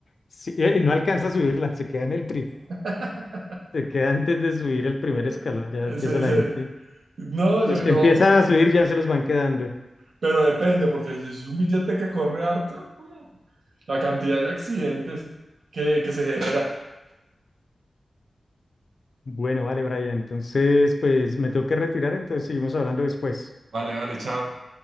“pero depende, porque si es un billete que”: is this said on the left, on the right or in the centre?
Right